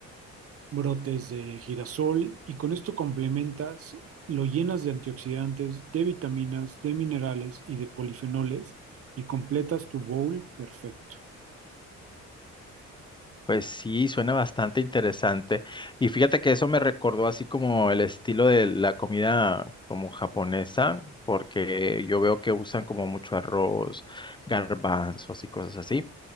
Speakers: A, on the right; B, on the left.
A: brotes de girasol y con esto complementas, lo llenas de antioxidantes, de vitaminas, de minerales y de polifenoles y completas tu bowl perfecto.
B: Pues sí, suena bastante interesante. Y fíjate que eso me recordó así como el estilo de la comida como japonesa, porque yo veo que usan como mucho arroz, garbanzos y cosas así.